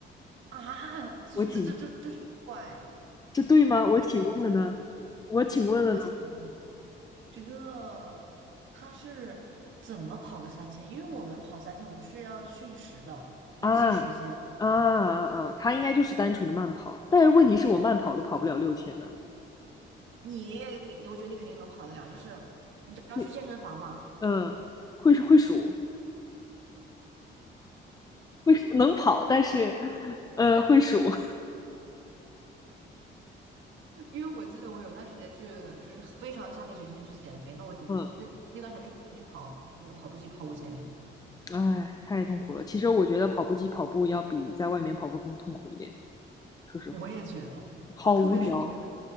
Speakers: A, on the right; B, on the left.
A: 啊，这这这这这是怪
B: 我请，这对吗？
A: 什么怪现象？
B: 我请问了呢？我请问了呢？
A: 我请问这个他是怎么跑个三千？因为我们跑三千，我们是要训时的，就计时间。
B: 啊啊啊啊！她应该就是单纯的慢跑，但是问题是我慢跑都跑不了六千呢。
A: 你你，我觉得你肯定能跑得了，就是你只要去健身房嘛，
B: 会嗯，会会数，会能跑，但是呃会数，
A: 因为我记得我有段时间去，就是非常下定决心去减肥，那我那那段时间去去跑那个跑步机跑五千米，
B: 嗯。哎，太痛苦了。其实我觉得跑步机跑步要比在外面跑步更痛苦一点，说实话，
A: 我也觉得，
B: 好无聊。
A: 特别是你们